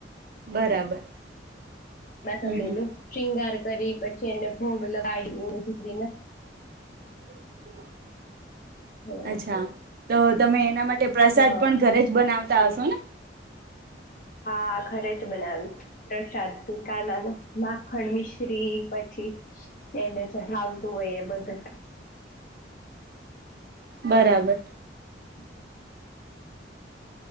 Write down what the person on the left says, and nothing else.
એમાં તમે
એનું શિંગાર કરી પછી એને. <unintelligible>
હમ,
હા
હા, ઘરે જ બનાવી પ્રસાદ કાના ન માખણ મિશ્રી પછી એને ચઠ આવતું હોય એ બધું
<unintelligible>